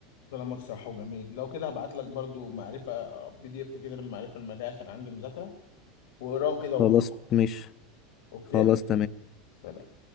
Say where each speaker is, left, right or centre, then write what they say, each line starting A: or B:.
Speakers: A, on the left (about 80°); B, on the left (about 40°).
A: كلامك صح وجميل لو كده هبعت لك برضو معرفه بي دي اف كده للمعرفه الماليه عشان عندي مذاكره واقراه كده وافهم
B: خلاص مش
A: اوكي
B: خلاص
A: سلام